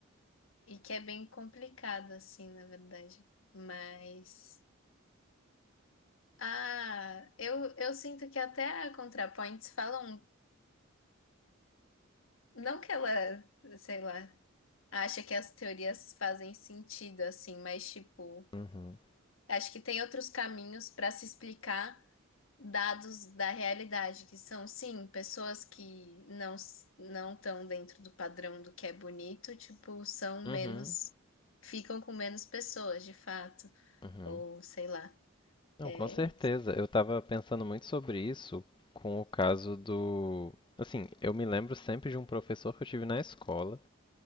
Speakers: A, on the left (about 70°); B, on the left (about 20°).
A: e que é bem complicado, assim, na verdade. Mas. Ah, eu, eu sinto que até a ContraPoints falam. Não que ela, sei lá, acha que as teorias fazem sentido, assim, mas, tipo,
B: uhum,
A: acho que tem outros caminhos para se explicar dados da realidade, que são, sim, pessoas que não s- não estão dentro do padrão do que é bonito, tipo, são
B: uhum,
A: menos, ficam com menos pessoas, de fato,
B: uhum.
A: ou sei lá.
B: Não,
A: É...
B: com certeza. Eu tava pensando muito sobre isso com o caso do. Assim, eu me lembro sempre de um professor que eu tive na escola.